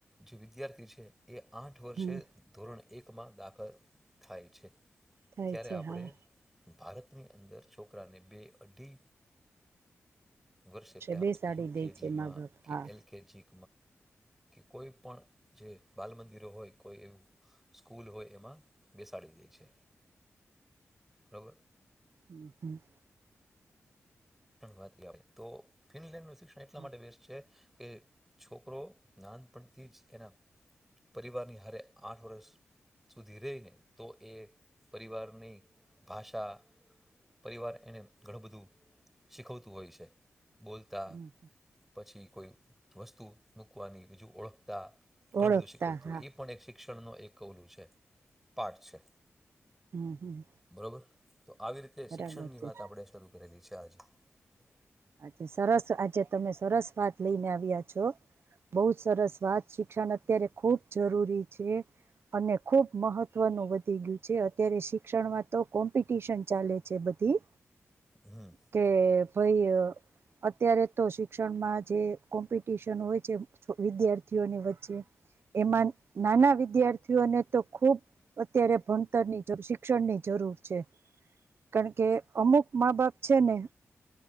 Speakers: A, in the centre; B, on the right.
A: જે વિદ્યાર્થી છે. એ આઠ વર્ષે
B: હમ
A: ધોરણે એકમાં દાખલ થાય છે.
B: થાય
A: ત્યારે
B: છે
A: આપણે
B: હા.
A: ભારતની અંદર છોકરાને બે અઢી વર્ષે <unintelligible>
B: બે
A: યુકેજી
B: સાડી દે છે મા
A: માં
B: બાપ
A: કે
B: હા
A: એલકેજી કોઈ પણ જે બાલ મંદિરો હોય કોઈ એવું સ્કૂલ હોય એમાં બેસાડી દે છે. બરોબર.
B: હમ હમ.
A: વા આવે તો ફિનલેન્ડ ન <unintelligible> એટલા
B: હા
A: માટે <inaudible> છે. કે છોકરો નાનપણથી જ એના પરિવારની હારે આઠ વર્ષ સુધી રહી ને તો એ પરિવારની ભાષા પરિવાર એને ઘણું બધું શીખવતું હોય છે. બોલતા,
B: હમ
A: પછી કોઈ વસ્તુ મૂકવાની બીજું ઓળખ તા ઘણું
B: ઓળખતા
A: બધું શીખવતું
B: હા
A: ઈ પણ એક શિક ક્ષણનો એક ઓલુ છે પાર્ટ છે.
B: હમ. હમ
A: બરોબર. તો આવી રીતે શિક્ષણની
B: બરાબર છે
A: વાત આપડે શરૂ કરેલી છે. તાજ
B: આજે સરસ આજે તમે સરસ વાત લઈને આવ્યા છો બહુ સરસ વાત શિક્ષણ અત્યારે ખુબ જરૂરી છે અને ખુબ મહત્વનું વધી ગયું છે. અત્યારે શી ક્ષણમાં તો કોમ્પિટિશન ચાલે છે બધી
A: હમ
B: કે હઈય અત્યારે તો શિક્ષણમાં જે કોમ્પિટિશન હોય છે વિદ્યાર્થીઓની વચ્ચે એમાં નાના વિદ્યાર્થીઓને તો ખુબ અત્યારે ભણતરની શિક્ષણની જરૂર છે. કારણ કે અમુક મા બાપ છે ને